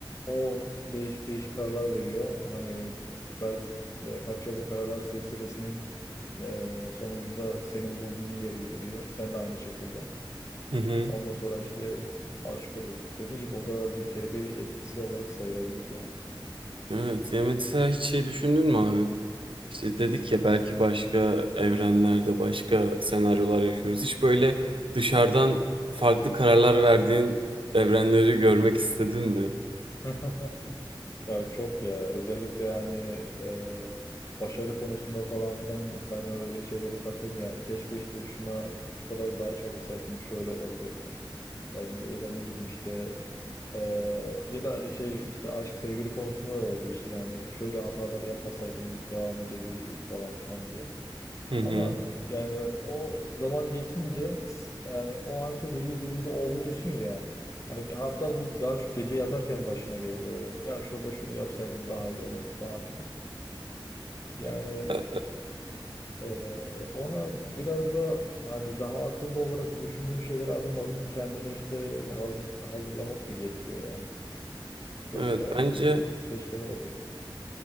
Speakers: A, on the left; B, on the right.
A: o değişik değişik kararlar veriyor. Hani belki birkaç yıllık kararlar silsilesinin e, sonucunda senin bulunduğun yere geliyor. Sen de aynı şekilde.
B: Hı hı.
A: Ondan sonra işte aşık oluyorsun. Dediğim gibi o da bir kelebek etkisi olarak sayılabilir ya.
B: Evet. Ya mesela hiç şey düşündün mü abi? İşte dedik ya belki başka evrenlerde başka senaryolar yaşıyoruz. Hiç böyle dışarıdan farklı kararlar verdiğin evrenleri görmek istedin mi?
A: <laughs> Ya çok ya. Özellikle yani e, başarı konusunda falan filan ben öyle şeylere takayım yani. Keşke işte şuna şu kadar daha çalışsaydım şöyle olabilirdi. Yani, ya da ne bileyim işte e, ya da şey işte aşk sevgili konusunda da olabilir. Yani şöyle hataları yapmasaydım devam edebilirdik falan filan diye.
B: Hı hı.
A: Ama yani o zaman geçince s- yani o anki duygu durumda olmuyorsun ya. Hani hatta bu daha çok gece yatarken başına gelir böyle. Ya şurada şunu yapsaydım daha iyi olurdu falan filan. Yani
B: Ya,
A: e, ona biraz da hani daha akıllı olarak düşündüğün şeyleri adım adım kendini işte hazır, hazırlamak da gerekiyor yani. Yoksa
B: evet bence
A: keşfeler oluyor.